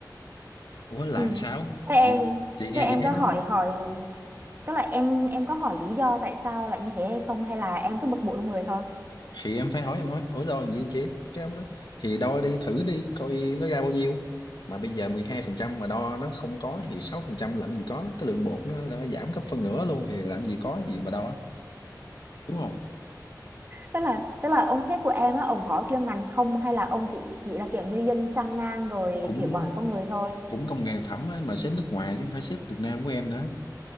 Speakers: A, on the left; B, on the right.
A: ủa là
B: ừ.
A: làm sao
B: Thế em,
A: chị chị nghe
B: thế em
A: chị thấy
B: có
A: nó
B: hỏi hỏi tức là em em có hỏi lý do tại sao lại như thế hay không hay là em cứ bực bội trong người thôi.
A: thì em phải hỏi em hỏi ủa rồi gì anh chị cái ông đó thì đo đi thử đi coi nó ra bao nhiêu mà bây giờ 12 phần trăm mà đo nó không có thì 6 phần trăm làm gì có cái lượng bột nó đã giảm gấp phân nửa luôn thì làm gì có gì mà đo đúng không
B: Tức là tức là ông sếp của em á ông có chuyên ngành không hay là ông chỉ chỉ là kiểu như dân sang ngang rồi
A: cũng
B: kiểu quản lý con người thôi.
A: cũng công nghệ phẩm ấy, mà xếp nước ngoài chứ không phải xếp Việt Nam của em nữa